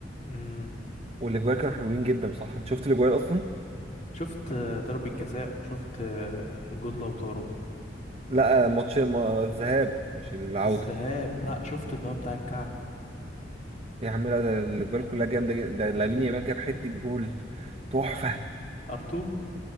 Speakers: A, on the left; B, on the right.
A: امم
B: والاجوال كانوا حلوين جدا صح انت شفت الاجوال اصلا
A: شفت آه، ضربة جزاء وشفت آه، جون لوتارو
B: لا ماتش ما- الذهاب مش العودة
A: الذهاب لا شفت اللي هو بتاع الكعب
B: إيه يا عم لا ده الأجوال كلها جامدة جدا ده لامين يامال جاب حتة جول تحفة
A: ارتو